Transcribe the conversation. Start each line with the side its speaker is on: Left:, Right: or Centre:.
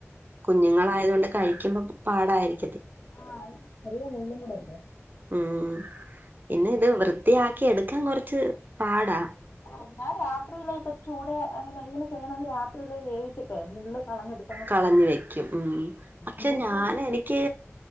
Right: കുഞ്ഞുങ്ങളായതുകൊണ്ട് കഴിക്കുമ്പോ പാടായിരി
Left: ആഹ് ചെറിയ മുളളും കൂടല്ലേ
Right: ഉം പിന്നെ ഇത് വൃത്തിയാക്കി എടുക്കാൻ കുറച്ച് പാടാ
Left: ആ ഞാൻ രാത്രിയിലെ ഇപ്പ ചൂടെ അങ്ങനെ ഇങ്ങനെ ചെയ്യണമെങ്കിൽ രാത്രിയിലെ വേവിച്ചിട്ടെ മുള്ള് കളഞ്ഞെടു
Right: കളഞ്ഞ് വെക്കും ഉം പക്ഷെ
Left: ഇല്ലെങ്കി
Right: ഞാൻ എനിക്ക്